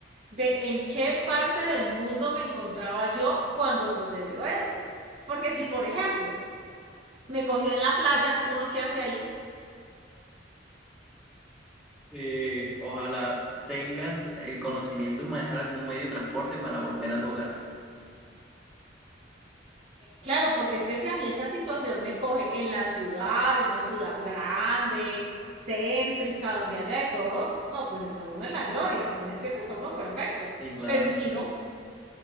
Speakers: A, on the right (about 45°); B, in the centre.
A: de en qué parte del mundo me encontraba yo cuando sucedió eso. Porque si, por ejemplo, me cogió en la playa, uno qué hace ahí,
B: eh, ojalá tengas el conocimiento en manejar algún medio de transporte para volver a tu hogar.
A: claro, porque es que si a mí esa situación me coge en la ciudad, en una ciudad grande, céntrica, donde haya de todo, no, pues está uno en la gloria, ¿sí me entiendes? Está uno perfecto.
B: Sí, claro.
A: Pero y si no,